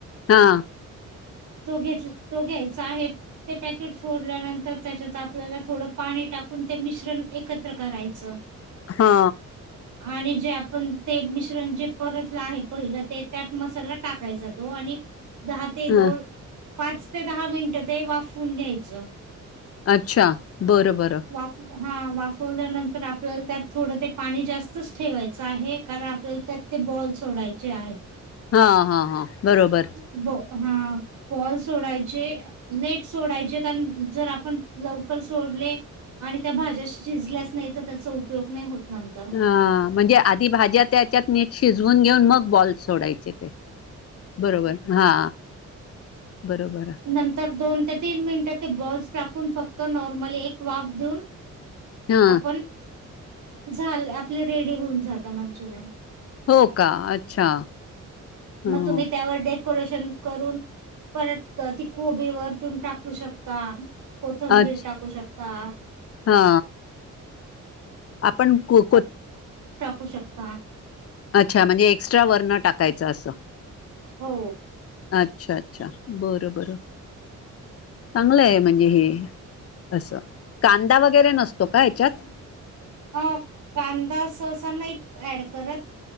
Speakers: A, on the left; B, on the right.
A: हा
B: तो घेत तो घ्यायचा आहे ते पॅकेट फोडल्यानंतर त्याच्यात आपल्याला थोडं पाणी टाकून ते मिश्रण एकत्र करायचं
A: हा
B: आणि जे आपण ते मिश्रण जे परतलं आहे पहिलं ते त्यात मसाला टाकाय जातो आणि दहा ते
A: हा
B: दोन पाच ते दहा मिनटं ते वाफून घ्यायचं
A: अच्छा बरं बरं
B: वाफ हा वाफवल्यानंतर आपल्याला त्यात थोडं ते पाणी जास्तच ठेवायचं आहे कारण आपल्याला त्यात ते बॉल सोडायचे आहेत
A: हा हा हा बरोबर
B: ब हा बाॅल सोडायचे नेट सोडायचे कारण जर आपण लवकर सोडले आणि त्या भाज्या शिजल्याच नाही तर त्याचा उपयोग नाही होत नंतर
A: ह म्हणजे आधी भाज्या त्याच्यात नीट शिज- घेऊन मग बॉल सोडायचे ते बरोबर हा बरोबर
B: नंतर दोन तीन मिनिटात ते बॉल्स टाकून फक्त नॉर्मल एक वाफ देऊन
A: हा
B: आपण झाल आपलं रेडी होऊन जात मंचुरियन.
A: हो का अच्छा. ह
B: मग तुम्ही त्यावर. डेकोरेशन करून परत ती कोबी वर तून टाकू शकता. कोथंबीर
A: अच्छ
B: टाकू शक- ता
A: हा आपण कोथि-
B: टाकु शकता
A: अच्छा म्हणजे एक्स्ट्रा वरण टाकायचं असं-
B: हो
A: अच्छा -अच्छा बरं बरं चांगलं आहे म्हणजे हे असं कांदा वगैरे नसतो का हच्यात
B: अ कांदा सहसा नाही ऍड करत.